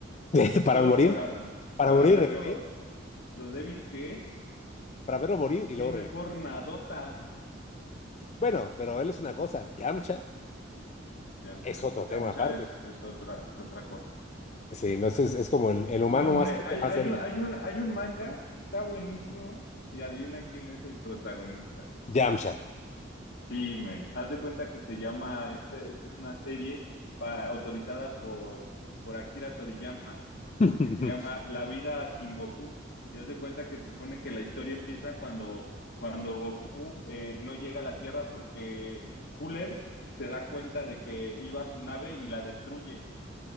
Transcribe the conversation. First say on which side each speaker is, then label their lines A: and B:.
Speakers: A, on the left; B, on the left.
A: <laughs>
B: solo
A: para morir,
B: para,
A: para
B: para
A: morir,
B: ver
A: revivir,
B: lo, lo débil que es.
A: para verlo morir
B: Así
A: y luego
B: mejor
A: revivir.
B: Nadota.
A: Bueno, pero él es una cosa, Yamcha
B: Yamcha.
A: es otro tema
B: Yamcha
A: aparte.
B: es, es otra, es otra cosa.
A: Sí, no es, es, es como el, el humano
B: No, hombre,
A: más,
B: hay,
A: más
B: hay,
A: débil.
B: un- hay un, hay un manga que está buenísimo y adivina quién es el protagonista.
A: Yamcha.
B: Sí, men. Haz de cuenta que se llama, este, esta es una serie pa- autorizada por, por Akira Toriyama
A: <laughs>
B: que se llama La vida sin Goku. Y haz de cuenta que se supone que la historia empieza cuando, cuando Goku eh, no llega a la Tierra porque Cooler se da cuenta de que iba a su nave y la destruye.